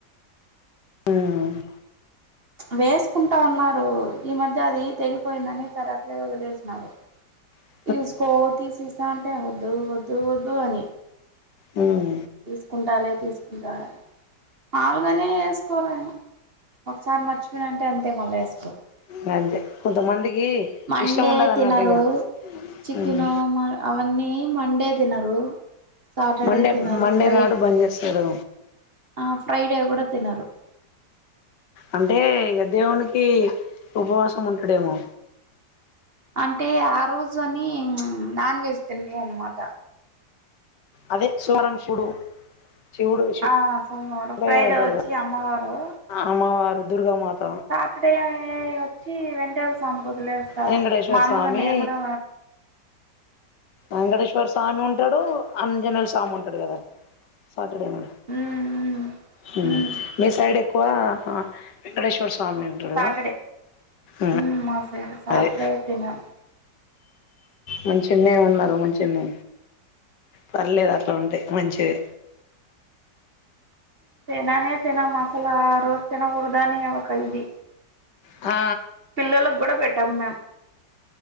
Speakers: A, on the left (about 75°); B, on the right (about 35°).
A: ఉహు
B: వేసుకుంటా ఉన్నారు ఈ మధ్య అది తెగిపోయిందని సరే అట్లే వదిలేసినారు
A: హా
B: తీసుకో తీసేస్తా అంటే వద్దు వద్దు వద్దు అని
A: హ్మ్
B: తీసుకుంటాలే తీసుకుంటా మాములుగానే ఎసుకోరు ఆయన ఒకసారి మర్చిపోయిన అంటే అంతే మళ్ళీ ఎస్కోరు
A: ఇంగ అంతే కొంతమందికి
B: మండే
A: ఇష్టం ఉండదు
B: తినరు
A: అన్నట్టు ఇగ
B: చికెను
A: ఉమ్
B: మ అవన్నీ మండే తినరు సాటర్డే
A: మండే
B: తినరు
A: మండే
B: ఫ్రై
A: నాడు బంద్ చేస్తాడు
B: ఆ ఫ్రైడే కుడా తినరు
A: అంటే ఇగ దేవునికి ఉపవాసం ఉంటడేమో
B: అంటే ఆ రోజు అని చ్ నాన్ వెజ్ తిన్రాన్మాట
A: అదే సోమవారం శివుడు శివుడు శివ
B: ఆ <unintelligible>
A: శివయ్య
B: ఫ్రైడే
A: అంటారు
B: వచ్చి
A: కదా
B: అమ్మవారు
A: అమ్మవారు దుర్గామాత
B: సాటర్డే ఛీ వెంకటేం స్వామి వదిలేస్తారు
A: వెంకటేశ్వర
B: మాములుగా
A: స్వామి
B: నేన్ కుడా
A: వెంకటేశ్వర స్వామి ఉంటడు అంజనేల స్వామి ఉంటడు కదా సాటర్డే నా
B: మ్మ్
A: హ్మ్
B: మ్మ్
A: మీ సైడ్ ఎక్కువ వెంకటేశ్వర స్వామి ఉంటాడు
B: సాటర్డే
A: కదా ఉమ్
B: హ్మ్ మా సైడు సాటర్డే
A: అదే
B: తినాలి
A: మంచినేే ఉన్నరు మంచినే పర్లేదు అట్ల ఉంటె మంచిదే
B: తిననే తినను అసలు ఆ రోజు తినకూడదాని ఒక ఇది
A: ఆ
B: పిల్లలకు కుడా పెట్టాం మేమ్